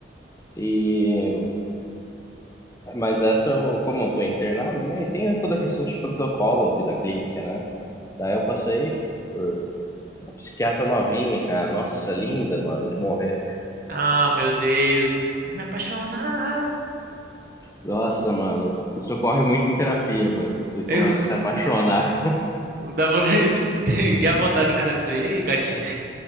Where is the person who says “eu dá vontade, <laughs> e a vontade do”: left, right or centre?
Right